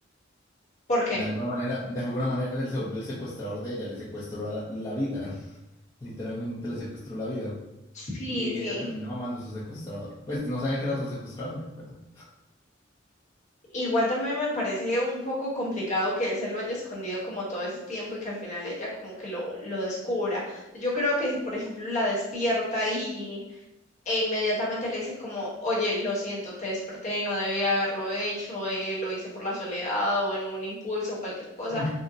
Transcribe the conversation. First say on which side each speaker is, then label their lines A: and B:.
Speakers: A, on the left; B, on the left.
A: ¿Por qué?
B: De alguna manera, de alguna manera él se volvió el secuestrador de ella, le secuestró la, la vida, <laughs> literalmente le secuestró la vida.
A: Sí,
B: Y
A: sí.
B: ella terminó amando a su secuestrador. Pues no sabía que era su secuestrador, pero...
A: Igual también me parece un poco complicado que él se lo haya escondido como todo ese tiempo y que al final ella como que lo, lo descubra. Yo creo que si, por ejemplo, la despierta y e inmediatamente le dice como, oye, lo siento, te desperté, no debía haberlo hecho, eh, lo hice por la soledad o en un impulso o cualquier cosa,
B: mm,